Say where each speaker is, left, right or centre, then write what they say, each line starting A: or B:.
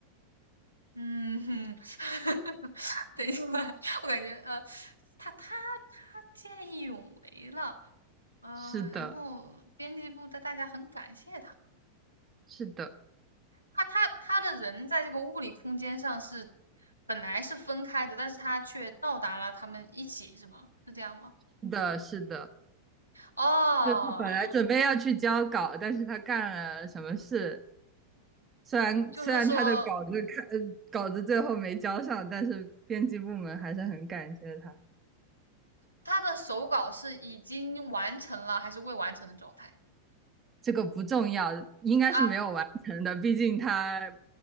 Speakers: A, on the right; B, on the right.
A: 嗯哼，<laughs> 等一下，我感觉呃，他他他见义勇为了，呃，
B: 是的，
A: 然后编辑部的大家很感谢他，
B: 是的，
A: 他他他的人在这个物理空间上是本来是分开的，但是他却到达了他们一起，是吗？是这样吗？
B: 是的，是的。
A: 哦，
B: 就他本来准备要去交稿，但是他干了什么事？虽然虽然他的稿子看，
A: 就是说
B: 呃稿子最后没交上，但是编辑部门还是很感谢他。
A: 他的手稿是已经完成了还是未完成的状态
B: 这个不重要，应该是没有完成的，
A: 啊？
B: 毕竟他